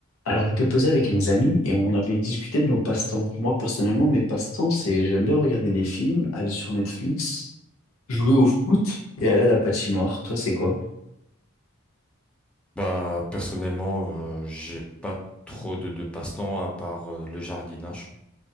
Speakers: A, on the left; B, in the centre.
A: Alors, j'étais posé avec mes amis et on avait discuté de nos passe-temps. Moi, personnellement, mes passe-temps, c'est j'aime bien regarder des films, aller sur Netflix, jouer au foot et aller à la patinoire. Toi, c'est quoi?
B: Bah, personnellement, euh, j'ai pas trop de, de passe-temps à part euh, le jardinage.